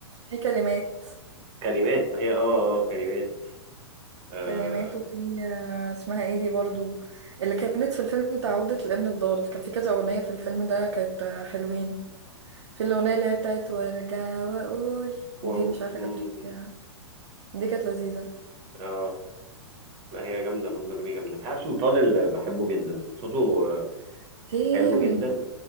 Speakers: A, on the right; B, on the right.
A: في كلمات
B: كلمات ما هي اه اه كلمات اه
A: كلمات وفي آه، اسمها ايه دي برضو اللي كانت في الفيلم بتاع عودة الابن الضال كان في كذا أغنية في الفيلم ده كانت آه، حلوين في الأغنية اللي هي بتاعت وارجع وأقول
B: و...
A: دي مش عارفة
B: مم،
A: كانت بتقول فيها دي كانت لذيذة
B: اه ما هي جامده ماجدة الرومي جامده بهاء سلطان اللي بحبه جدا صوته آه،
A: فيلم
B: حلو جدا